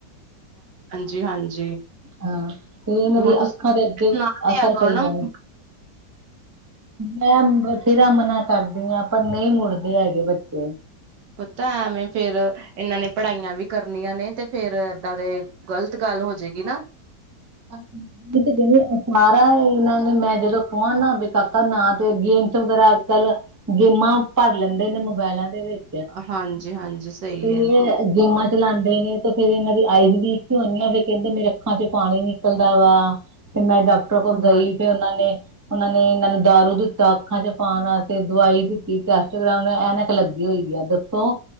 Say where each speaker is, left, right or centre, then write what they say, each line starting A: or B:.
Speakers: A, on the right; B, on the right.
A: ਹਾਂਜੀ ਹਾਂਜੀ
B: ਹਾਂ ਤੇ ਇਹਨਾਂ ਦੀਆਂ
A: ਹੁਣ ਤੁਸੀਂ
B: ਅੱਖਾਂ ਤੇ ਅੱਗੇ
A: ਸੁਣਾ ਦਿਆ
B: ਅਸਰ
A: ਕਰੋ
B: ਪਈ
A: ਨਾ
B: ਜਾਵੇ ਮੈਂ ਬਥੇਰਾ ਮਨਾ ਕਰਦੀ ਹਾਂ ਪਰ ਨਹੀਂ ਮੁੜਦੇ ਹੈਗੇ ਬੱਚੇ
A: ਪਤਾ ਐਵੇਂ ਫੇਰ ਇਹਨਾਂ ਨੇ ਪੜ੍ਹਾਈਆਂ ਵੀ ਕਰਨੀਆਂ ਨੇ ਤੇ ਫੇਰ ਏਦਾਂ ਦੇ ਗ਼ਲਤ ਗੱਲ ਹੋ ਜਾਏਗੀ ਨਾ
B: <unintelligible> ਹਾਂ ਤੇ ਕਹਿੰਦੀ ਅ ਸਾਰਾ ਇਹਨਾਂ ਨੇ ਮੈਂ ਜਦੋਂ ਕਹਾਂ ਨਾ ਬ ਕਾਕਾ ਨਾ ਤੇ ਗੇਮਸ ਵਗੈਰਾ ਅੱਜ ਕੱਲ ਗੇਮਾਂ ਭਰ ਲੈਂਦੇ ਨੇ ਮੋਬਾਇਲਾਂ ਦੇ ਵਿੱਚ
A: ਹਾਂਜੀ ਹਾਂਜੀ ਸਹੀ
B: ਤੇ
A: ਹੈ
B: ਇਹ ਗੇਮਾਂ ਚਲਾਉਂਦੇ ਨੇ ਤੇ ਫੇਰ ਇਹਨਾਂ ਦੀ ਆਈ ਵੀਕ ਹੀਉਂਦੀ ਆ ਫ਼ਿਰ ਕਹਿੰਦੇ ਮੇਰੇ ਅੱਖਾਂ ਚ ਪਾਣੀ ਨ ਵਾ ਫਿਰ ਮੈਂ ਡਾਕਟਰਾਂ ਕੋਲ ਗਈ
A: ਹਾਂ
B: ਫਿਰ ਉਹਨਾਂ ਨੇ ਉਹਨਾਂ ਨੇ ਇਹਨਾਂ ਨੂੰ ਦਾਰੂ ਦਿੱਤਾ ਅੱਖਾਂ ਚ ਪਾਉਣ ਵਾਸਤੇ। ਦਵਾਈ ਦਿੱਤੀ ਟੈਸਟ ਕਰ ਐਨ- ਲੱਗੀ ਹੋਈ ਆ ਦੱਸੋ